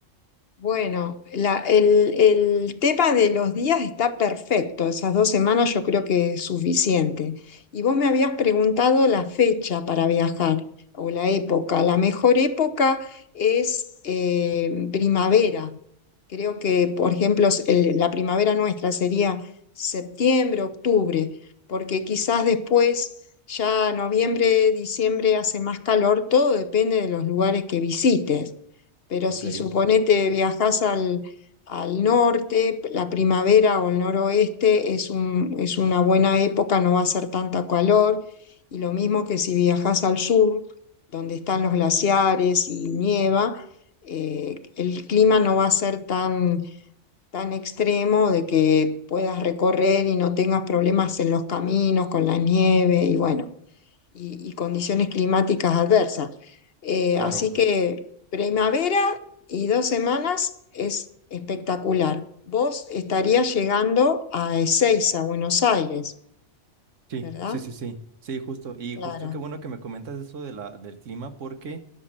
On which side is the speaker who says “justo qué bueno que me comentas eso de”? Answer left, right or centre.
Right